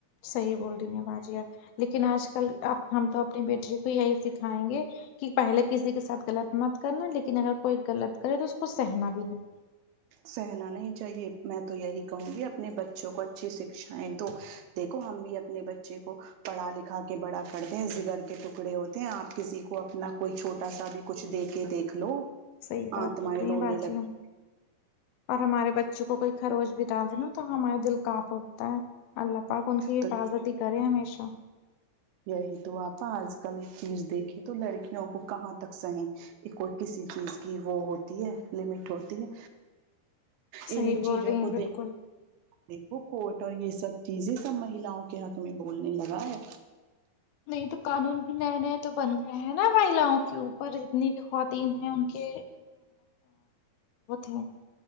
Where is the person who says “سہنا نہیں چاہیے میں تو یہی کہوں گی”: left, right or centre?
Right